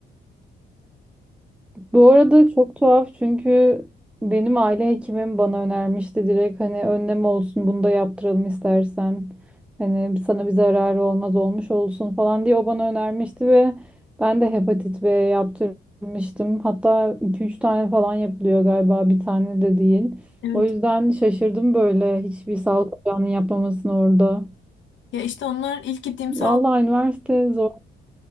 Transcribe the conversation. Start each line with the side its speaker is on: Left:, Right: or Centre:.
Centre: Bu arada çok tuhaf çünkü benim aile hekimim bana önermişti direkt hani önlem olsun bunu da yaptıralım istersen. Hani sana bir zararı olmaz olmuş olsun falan diye o bana önermişti ve ben de hepatit B yaptırmıştım. Hatta iki üç tane falan yapılıyor galiba bir tane de değil.
Left: Evet.
Centre: O yüzden şaşırdım böyle hiçbir sağlık ocağının yapmamasını orada.
Left: Ya işte onlar ilk gittiğim
Centre: Vallahi
Left: sağlık
Centre: üniversite zor.